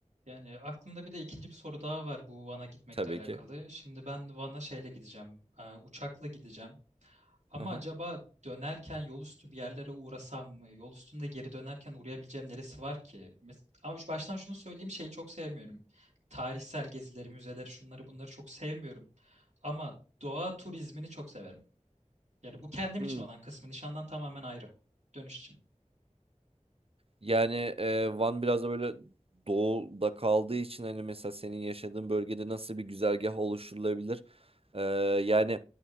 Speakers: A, on the right; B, on the right.
A: Yani aklımda bir de ikinci bir soru daha var bu Van'a gitmekle
B: tabii
A: alakalı.
B: ki
A: Şimdi ben Van'a şeyle gideceğim, e, uçakla gideceğim. Ama
B: Hı hı.
A: acaba dönerken yol üstü bir yerlere uğrasam mı? Yol üstünde geri dönerken uğrayabileceğim neresi var ki? Mes- Ama şu- baştan şunu söyleyeyim, şeyi çok sevmiyorum. Tarihsel gezileri, müzeleri, şunları bunları çok sevmiyorum. Ama doğa turizmini çok severim. Yani bu kendim
B: Hmm.
A: için olan kısmı, nişandan tamamen ayrı. Dönüş için.
B: Yani e, Van biraz da böyle doğuda kaldığı için hani mesela senin yaşadığın bölgede nasıl bir güzergah oluşturulabilir? E, yani